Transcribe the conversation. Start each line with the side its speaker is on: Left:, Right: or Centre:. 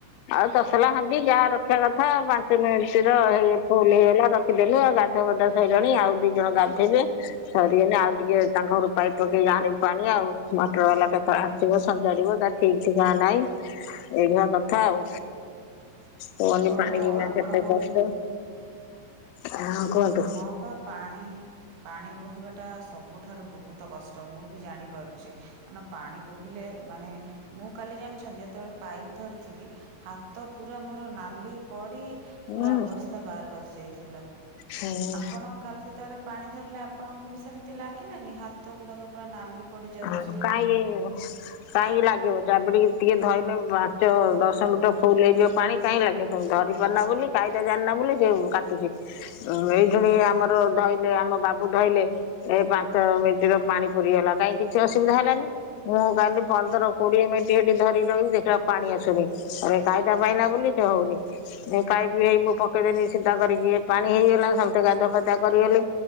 Left: ଆଉ ତସଲା ହାଣ୍ଡି ଯା ରଖି ରଖିବା କଥା ପାଞ୍ଚ ମିନିଟ ର ହେଇ ଫୁଲ ହେଇଗଲା ରଖିଦେଲୁ, ଆଉ ଗାଧ ବଧ ସଇିଲଣି ଆଉ ଦି ଜଣ ଗା ଗାଧେଇବେ, ସରିଗନେ ଆଉ ଟିକେ ତାଙ୍କ ଘରୁ ପକେଇକି ଆଣିବି ପାଣି ଆଉ। ମଟର ବାଲା କେତେ ବେଳେ ଆସ ପୁଅ ସଜାଡିବ ତାର ଠିକ୍ ଠିକଣା ନାହିଁ। ଏଇଭଳିଆ କଥା ଆଉ। କୁହନି
Right: ଓହୋ
Left: ପାଣି ଜି ବିନା
Right: ଆପଣ
Left: କେତେ
Right: କହୁ
Left: କଷ୍ଟ। ହଁ କୁହନ୍ତୁ
Right: ହଁ ପା ପାଣି ପାଣି ବୋହିବାଟା ସବୁଠାରୁ ବହୁତ କଷ୍ଟ। ମୁଁ ବି ଜାଣିପାରୁ ସେ ଏନା ପାଣି ବୋହିଲେ ମାନେ ମୁଁ କାଲି ଜାଣିଛନ୍ତି। ଯେତେବେଳେ ପାଇପ୍ ଧରିଥିଲି। ହାତ ପୁରା ମୋର ନାଲି ପଡି
Left: ହୁଁ
Right: ପୁରା ଅବସ୍ଥା ବାର ବାଜି ଯାଇଥିଲା।
Left: ହୁଁ
Right: ଆପଣ କାଲି ଯେତେବେଳେ ପାଣି ଧରିଲେ ଆପଣଙ୍କୁ ବି ସେମିତି ଲାଗିଲାନି ହାତ ଗୁଡ଼ାକ ପୁରା ନାଲି ପଡ଼ିଯାଉଛି
Left: ହ କାଇଁ କାହିଁକି ଲାଗିବ ଜାବୁଡିକି ଟିକେ ଧଇନେ ପାଞ୍ଚ ଦଶ ମିିଟର ଫୁଲ୍ ହେଇଯିବ ପାଣି। କାହିଁ ଲାଗିବ ତମେ ଧରି ପାରୁନା ବୋଲି କାଇଦା ଜାଣିନ ବୋଲି ସେ କାଟୁଛି। ଏଇ ଶୁଣି ଆମର ଧୋଇଲେ ଆମ ବାବୁ ଧଇଲେ ଏ ପାଞ୍ଚ ମିନ ପାଣି ପୁରରିଗଲା କାହିଁ କିଛି ଅସୁବିଧା ହେଲାନି? ମୁଁ କାଲି ପନ୍ଦର କୋଡିଏ ମିନିଟ୍ ହେଟି ଧରି ରହିଲି ଦେ ପୁରା ପାଣି ଆସୁନି, କାଇଦା ପାଇଲା ବୋଲି ସେ ହଉନି ପାଇବି ହେଇ ମୁଁ ପକେଇଦେନି ସିଧା କରିକି ଏ ପାଣି ହେଇଗଲା, ସମସ୍ତେ ଗାଧୁଆ ପାଦୂଆ କରିଗଲେ,